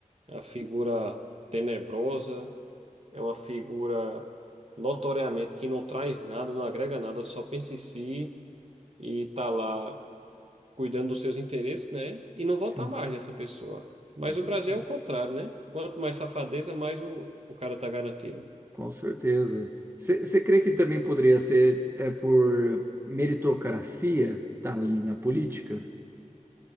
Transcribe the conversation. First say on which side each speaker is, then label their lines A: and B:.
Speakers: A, on the right; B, on the right.
A: é uma figura tenebrosa, é uma figura notoriamente que não traz nada, não agrega nada, só pensa em si e tá lá cuidando dos seus interesses, né? E não votar
B: Sim,
A: mais nessa pessoa. Mas
B: com certeza.
A: o Brasil é o contrário, né? Quanto mais safadeza, mais o, o cara tá garantido.
B: Com certeza. Você crê que também poderia ser é, por meritocracia tá ali na política?